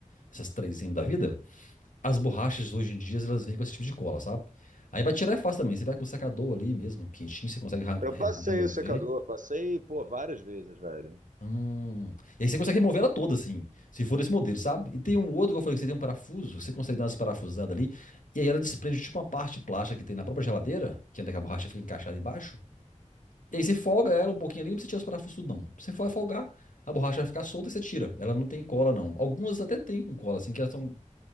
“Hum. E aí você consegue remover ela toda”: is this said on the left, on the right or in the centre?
Left